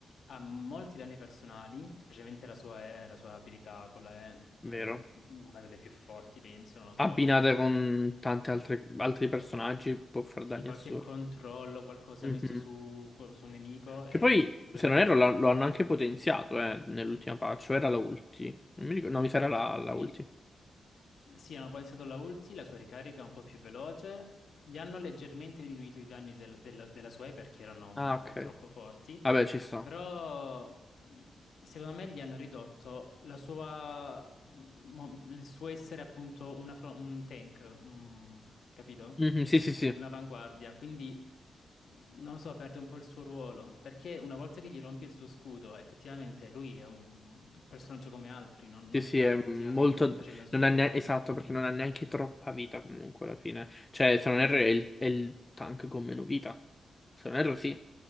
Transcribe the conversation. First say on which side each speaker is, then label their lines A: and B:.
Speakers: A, on the left (about 70°); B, on the left (about 20°).
A: ha molti danni personali, specialmente la sua E, la sua abilità con la E è
B: vero.
A: una delle più forti, penso, non lo so.
B: Abbinata con tanti altri, altri personaggi può far
A: Sì,
B: danni
A: qualche
B: assurdi.
A: controllo, qualcosa
B: Mhm.
A: messo su, su un nemico e
B: Che poi,
A: lui
B: se
A: potrebbe...
B: non erro, la- lo hanno anche potenziato, eh, nell'ultima patch, o era la ulti. Non mi ricordo, no, mi sa era la, la ulti.
A: In- Sì, hanno pensato alla ulti, la sua ricarica è un po' più veloce, gli hanno leggermente diminuito i danni del- del- della sua E perché erano un
B: Ah, ok.
A: po' troppo forti,
B: Vabbè, ci sta.
A: però mh, secondo me gli hanno ridotto la sua... mh, mo- il suo essere appunto una fro- un tank, un- capito?
B: Mhm, sì, sì, sì.
A: un'avanguardia, quindi non lo so, perde un po' il suo ruolo, perché una volta che gli rompi il suo scudo, effettivamente lui è un un personaggio come altri, non, non
B: Sì, sì,
A: sta
B: è
A: effettivamente
B: molto...
A: facendo il suo
B: Non ha
A: ruolo.
B: neanche... Esatto, perché non ha neanche troppa vita comunque alla fine. Cioè, se
A: Mhm.
B: non erro è il, è il tank con meno vita. Se non erro sì.